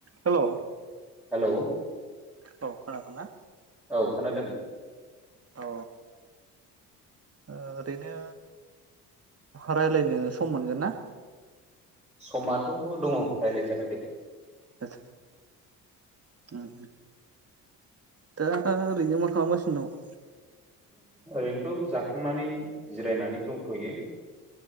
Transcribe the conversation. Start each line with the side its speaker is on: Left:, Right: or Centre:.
Right: हेलौ
Centre: हेलौ
Right: औ खोनादों ना?
Centre: औ खोनादों।
Right: औ ओरैनो रायलायनो सम मोनगोन ना?
Centre: समाथ' दङ रायलायजागोन दे।
Right: <unintelligible> उम दा ओरैनो मा खालामगासिनो दङ?
Centre: ओरैनोथ जाखांनानै जिरायनानै दंथ'यो।